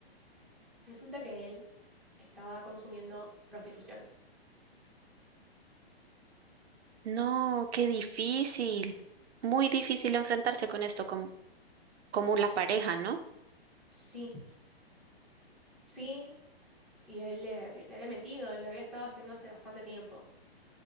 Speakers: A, in the centre; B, on the right.
A: Resulta que él estaba consumiendo prostitución.
B: no, qué difícil. Muy difícil enfrentarse con esto como, como la pareja, ¿no?
A: Sí, sí, y él le, le había mentido y lo había estado haciendo hace bastante tiempo.